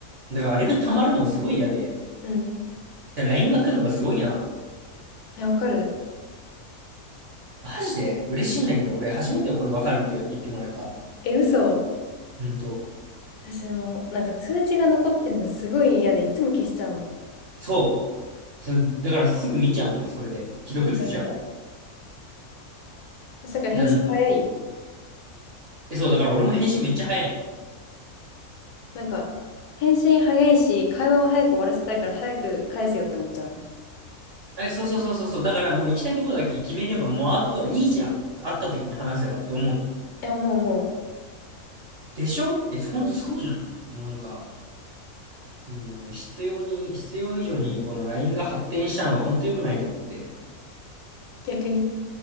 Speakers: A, on the right (about 55°); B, on the left (about 85°).
A: だからあれが溜まるのがすごい嫌で、
B: うん。
A: だから LINE が来るのがすごい嫌なの。
B: え、わかる。
A: マジで嬉しいんだけど、俺、初めてこれわかるって言ってもらえた。
B: え、嘘。
A: ほんと。
B: 私もう、なんか通知が残ってんのすごい嫌で、いつも消しちゃうの。
A: そう。そだからすぐ見ちゃうのね、それで。既読つけちゃうの。
B: 見た見た。だから返信早いよ。
A: で、なんか、え、そう、だから俺も返信めっちゃ早いの。
B: なんか、返信早いし、会話を早く終わらせたいから早く返せよって思っちゃうの。
A: え、そうそうそうそうそう。だからもう行きたいとこだけ決めれば、もうあとはいいじゃん。会った時に話せばって思うのよ。
B: え、もうも
A: でしょえ、ほんとそうじゃないもうなんか、
B: う、うん、
A: もう必要に、必要以上にこの LINE が発展したのがほんと良くないと思って。
B: 逆に。